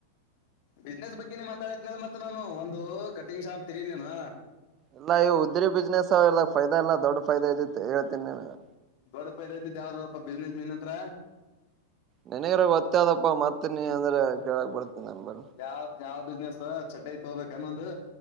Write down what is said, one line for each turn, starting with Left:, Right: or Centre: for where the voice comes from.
Left: ಬಿಸ್ನೆಸ್ ಬಗ್ಗೆ ಮಾತಾಡ ಲೆ ಮತ್ತ ನಾನು ಒಂದು ಕಟಿಂಗ್ ಶಾಪ್ ತೆಗಿ ನೀನು
Right: ಇಲ್ಲ ಇವು ಉದ್ರಿ ಬಿಸ್ನೆಸ್ ಎಲ್ಲದ ಫೈದಾ ಇಲ್ಲ ದೊಡ್ ಫೈದಾ ಇದ ಹೇಳ್ತೀನಿ ನೀನಗ
Left: ಬ ಪ ದ ಬ ಬಿಜನೆಸ್ ನೀನ ಹತ್ರ
Right: ನಿನ್ಗಾರ ಗೋತ್ತ ಅದಪ್ಪಾ ಮತ್ತನಿ ಅಂದ್ರೆ ಕೇಳಕ್ ಬರ್ತನಿ ನನ್ ಬಲೀ
Left: ಯಾವ್ ಯಾವ್ ಬಿಸ್ನೆಸ್ ಚಟ್ಟತೋಬೇಕುನ್ನೊಂದು